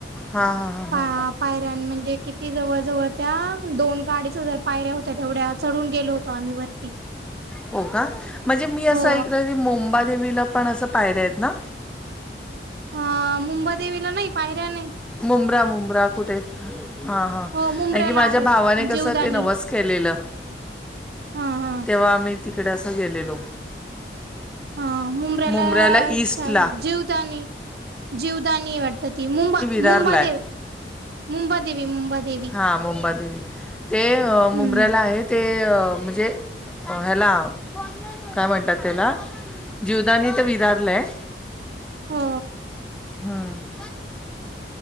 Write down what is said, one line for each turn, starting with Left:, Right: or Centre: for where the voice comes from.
Centre: हा हा हा
Right: पा
Centre: हा
Right: पायऱ्यां म्हणजे किती जवळ जवळ त्या दोन का अडीच हजार पायऱ्या होत्या तेवढ्या चढून गेलो होतो आम्ही वरती
Centre: हो का म्हणजे मी असं
Right: हो.
Centre: ऐकलं की मुंबादेवीला पण असं पायऱ्या आहेत ना.
Right: ह मुंबदेवीला नाही पायऱ्याने
Centre: मुबरा मुबरा कुठे हा हा
Right: हो मुंब्र्याला
Centre: आण की माझ्या
Right: आहेत
Centre: भावाने कस
Right: जीवदानी
Centre: ते नवस केलेलं
Right: हा हा
Centre: तेव्हा आम्ही तिकडे असं गेलेलो
Right: हा मुबऱ्याला
Centre: मुंब्र्याला ईस्टला
Right: श जिवतानी जीवदानी वाटत त मुंबा
Centre: बारलाय
Right: मुंबादेव मुंबादेवी मुंबादेवी.
Centre: हा मुंबादेवी ते
Right: हम्म.
Centre: मुंबऱ्याला आहेत. ते म्हणजे ह्याला काय म्हणतात त्याला जीवदानी तर विधारलंय
Right: हो
Centre: हम्म